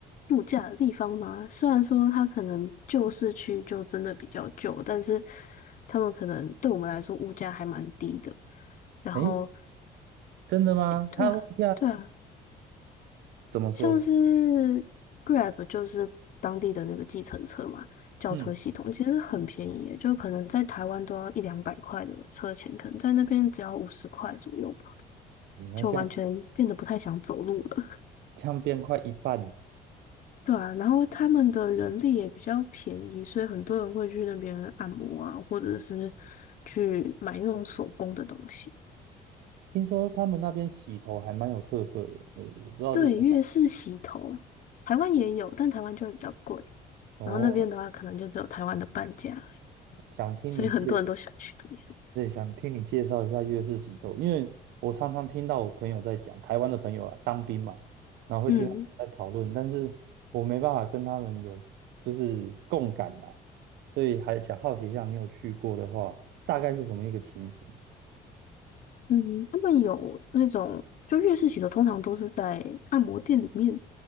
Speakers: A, on the left; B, on the right.
A: 度假的地方嘛。虽然说它可能旧市区就真的比较旧，但是他们可能对我们来说物价还蛮低的。然后，
B: 哎，真的吗？
A: 对啊。
B: 他问一
A: 对啊，
B: 怎么说？
A: 像是 Grab 就是当地的那个计程车嘛，轿车系统其实很便宜耶就可能在台湾都要一两百块的车钱，
B: 嗯，
A: 可能在那边只要五十块左右吧，
B: 诶，那这样
A: 就完全变得不太想走路了。
B: 这样变快一半呢
A: 对啊，然后他们的人力也比较便宜，所以很多人会去那边按摩啊，或者是去买那种手工的东西。
B: 听说他们那边洗头还蛮有特色的，诶，我不知道是真的
A: 对，越式洗头，台湾也有，但台湾就会比较贵。
B: 哦。
A: 然后那边的话，可能就只有台湾的半价。
B: 想听你介，
A: 所以很多人都想去那边。
B: 对，想听你介绍一下粤式洗头，因为我常常听到我朋友在讲，台湾的朋友啦，当兵嘛，然后会听他们在讨论，
A: 嗯
B: 但是我没办法跟他们有就是共感啦，所以还想好奇一下，你有去过的话，大概是什么一个情形？
A: 嗯，他们有那种，就粤式洗头通常都是在按摩店里面，